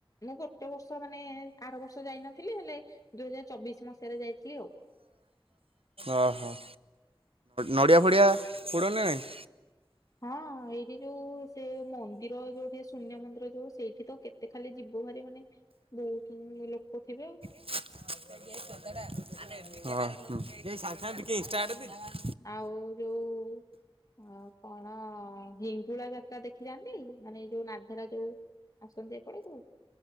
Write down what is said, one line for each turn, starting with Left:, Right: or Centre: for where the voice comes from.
Left: ମୁଁ ଗୋଟେ ବର୍ଷ ମାନେ ଆର ବର୍ଷ ଯାଇନଥିଲି ହେଲେ ଦୁଇ ହଜାର ଚବିଶ ମସିହାରେ ଯାଇଥିଲି ଆଉ।
Right: ଅହ ନଡ଼ିଆ ଫଡ଼ିଆ ପୋଡ଼ନା ନାଇଁ।
Left: ହଁ ଏଇ ଏ ଯୋଉ ସେ ମନ୍ଦିର ଯୋଉଠେ ଶୂନ୍ୟ ମନ୍ଦିର ଯଉ ସେଇଠି ତ କେତେ ଖାଲି ଯିବୁ ଭାରି ମାନେ ବହୁତ ଲୋକ ଥିବେ ଆଉ।
Right: <inaudible>
Left: ଆଉ ଯୋଉ ଆ କଣ ହିଙ୍ଗୁଳା ଯାତ୍ରା ଦେଖି ଯାନ୍ତି ମାନେ ଏଇ ଯୋଉ ନାଧେରା ଯୋଉ ଆସନ୍ତ ଏପାଳିକୁ